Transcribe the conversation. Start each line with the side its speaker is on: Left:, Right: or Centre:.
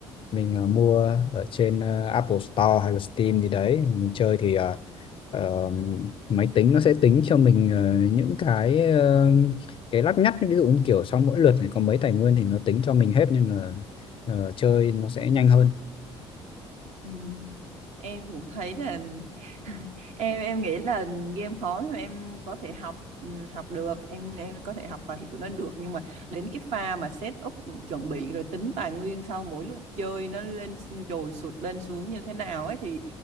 Left: mình ờ, mua ở trên ờ, Apple Store hay là Steam gì đấy mình chơi thì ờ, ờ, máy tính nó sẽ tính cho mình ờ, những cái ờ, cái lắt nhắt ví dụ như kiểu sau mỗi lượt này có mấy tài nguyên thì nó tính cho mình hết nên là ờ, chơi nó sẽ nhanh hơn
Right: Ừ. Em cũng thấy là <laughs> em em nghĩ là game khó nhưng mà em có thể học ừ, học được em em có thể học và hiểu nó được nhưng mà đến cái pha mà set up chuẩn bị rồi tính tài nguyên sau mỗi lượt chơi nó lên trồi sụt lên xuống như thế nào ấy thì